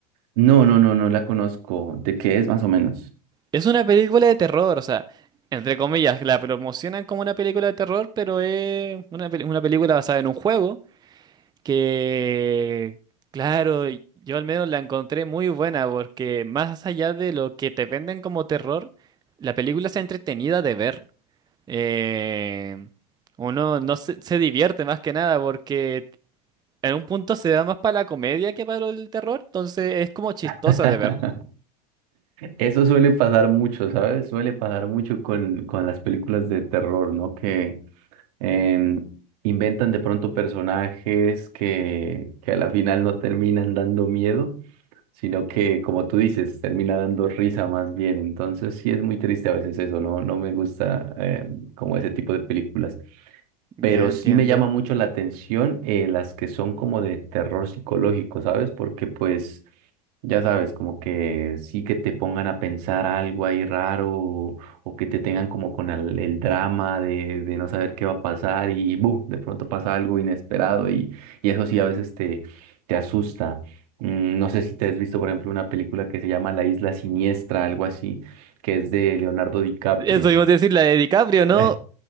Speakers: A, on the right (about 65°); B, on the right (about 20°).
A: no, no, no, no la conozco. ¿De qué es más o menos?
B: Es una película de terror, o sea, entre comillas, la promocionan como una película de terror, pero es una, peli- una película basada en un juego que, claro, yo al menos la encontré muy buena porque más allá de lo que te venden como terror, la película está entretenida de ver. Eh, uno no se, se divierte más que nada porque en un punto se da más para la comedia que para el terror, entonces es como chistosa
A: <laughs>
B: de ver.
A: Eso suele pasar mucho, ¿sabes? Suele pasar mucho con, con las películas de terror, ¿no? Que em, inventan de pronto personajes que, que a la final no terminan dando miedo, sino que, como tú dices, termina dando risa más bien. Entonces sí es muy triste a veces eso, ¿no? No me gusta em, como ese tipo de películas.
B: Ya
A: pero
B: entiendo.
A: sí me llama mucho la atención eh, las que son como de terror psicológico, ¿sabes? Porque pues, ya sabes, como que sí que te pongan a pensar algo ahí raro o, o que te tengan como con el, el drama de, de no saber qué va a pasar y ¡bu! de pronto pasa algo inesperado y, y eso sí a veces te, te asusta. Mm, No sé si te has visto, por ejemplo, una película que se llama La Isla Siniestra, algo así, que es de Leonardo DiCaprio.
B: Eso iba a decir, la de DiCaprio,
A: <laughs>
B: ¿no?